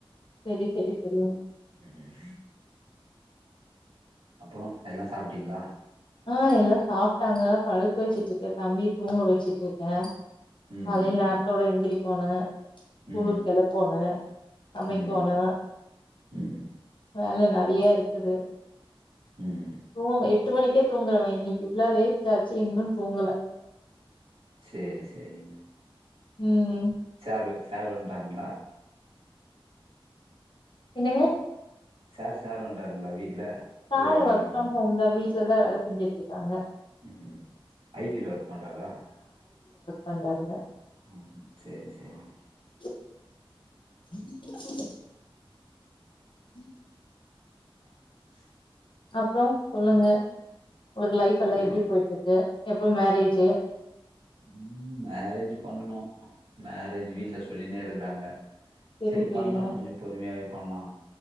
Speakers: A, on the left; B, on the right.
A: சரி, சரி, சரிங்க.
B: உம் அப்ரோ எல்லா சாப்ட்டீங்ளா
A: ஆ எல்லா சாப்ட்டாங்க படுக்க வச்சிட்ருக்கே தம்பிய தூங்க வச்சிட்ருக்கே
B: ம்
A: காலைல நேரத்தோட எந்திரிக் போனே ஸ்கூலுக்கு
B: ம் ம்
A: கிளப்போணு சமைக்கோணு
B: ம் ம் ம்
A: வேல நறையா இருக்குது
B: ம்
A: <unintelligible> எட்டு மணிக்கு தூங்கறவன் இன்னிக்கி இவ்லோ லேடாச்சு இன்னு தூங்கல
B: சேரி சேரிங்க
A: உம்
B: சேரு வன்டாருங்களா
A: என்னங்க
B: சேரு வந்ண்டாருங்களா வீட்ல
A: சாரு
B: அவரு வரலீங்களா
A: ஒர்க் ஃப்ரம் ஹோம் தா வீட் ல தா வேல செஞ்சுட்ருக்காங்க
B: ம் ம் ஐ டில ஒர்க் பண்றாரா
A: வந்தாருங்க
B: உம் ம் சேரி சேரிங்க
A: உம் <inaudible> உம்
B: <unintelligible>
A: அப்ரோ சொல்லுங்க உங்ளுக்கு லைஃப் எல்லா
B: புரில
A: எப்டி போயிட்ருக்கு எப்ப மேரேஜ்ஜூ
B: உம் மேரேஜ் பண்ணனு மேரேஜ் வீட்ல சொல்லினே இருக்கறாங்க
A: சரி,
B: செரி
A: சரிங்க.
B: பண்லா கொஞ்சோ பொறுமையாவே பண்லா